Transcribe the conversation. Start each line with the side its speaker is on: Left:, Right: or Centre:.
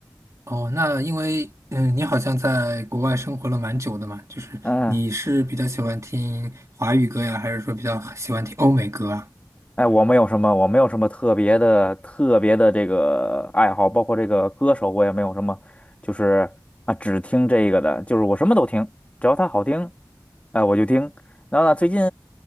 Right: 哦，那因为嗯，你好像在国外生活了蛮久的嘛，就是你是比较喜欢听华语歌呀，
Left: 嗯、
Right: 还是说比较喜欢听欧美歌啊？
Left: 哎，我没有什么，我没有什么特别的、特别的这个爱好，包括这个歌手，我也没有什么，就是啊，只听这个的，就是我什么都听，只要它好听，哎，我就听。然后呢，最近